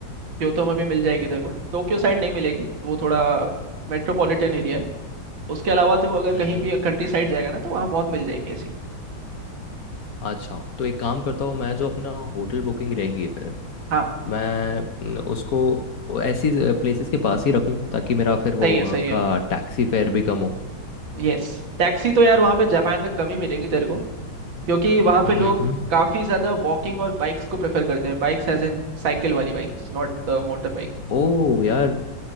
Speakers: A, on the right; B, on the left.
A: क्योतो में भी मिल जाएगी तेरे को टोक्यो साइड नहीं मिलेगी वो थोड़ा मेट्रोपॉलिटन एरिया है उसके अलावा तो अगर
B: हम्म
A: कहीं
B: हम्म।
A: भी कंट्री साइड जाएगा ना तो वहाँ बहुत मिल जाएंगे ऐसी
B: अच्छा तो एक काम करता हूँ मैं जो अपना होटल बुकिंग रहेगी फिर
A: हाँ
B: मैं न, उसको वो ऐसी प्लेसेस के पास ही रखूँ ताकि मेरा फिर वो
A: सही है
B: वहाँ
A: सही है
B: का टैक्सी फेयर भी कम हो
A: यस टैक्सी तो यार वहाँ पे जापान में कम ही मिलेंगी तेरे को क्योंकि वहाँ पे
B: हम्म
A: लोग
B: हम्म
A: काफी ज्यादा वॉकिंग और बाइक्स को प्रेफर करते हैं बाइक्स एज इन साइकिल वाली बाइक्स नॉट मोटर बाइक।
B: ओह यार